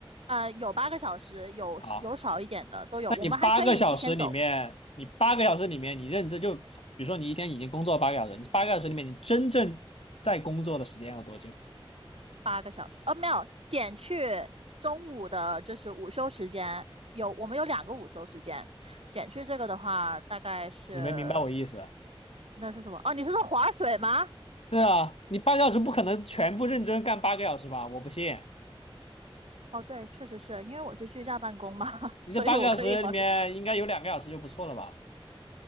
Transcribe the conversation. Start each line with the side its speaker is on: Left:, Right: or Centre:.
Right: 呃，有八个小时，有有少一点的都有，
Left: 好，那你八个小时里面，
Right: 我们还可以提前走
Left: 你八个小时里面，你认真就，比如说你一天已经工作八个小时，你八个小时里面你真正在工作的时间有多久？
Right: 八个小时，呃，没有，减去中午的就是午休时间，有我们有两个午休时间，减去这个的话，大概是
Left: 你没明白我意思吧
Right: 你在说什么？哦，你是说划水吗？
Left: 对啊，你八个小时不可能全部认真干八个小时吧？我不信，
Right: 哦，对，确实是因为我是居家办公嘛，<laughs>
Left: 你这八个小时里面应该有两个小时就不错了吧？
Right: 所以我可以划水。